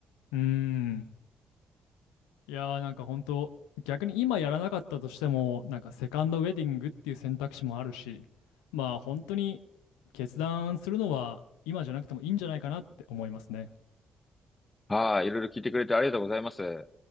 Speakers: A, on the left (about 80°); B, on the left (about 25°).
A: うん、うん。いやーなんか本当逆に今やらなかったとしてもなんかセカンドウェディングっていう選択肢もあるしまあ本当に決断するのは今じゃなくてもいいんじゃないかなって思いますね。
B: はい、いろいろ聞いてくれてありがとうございます。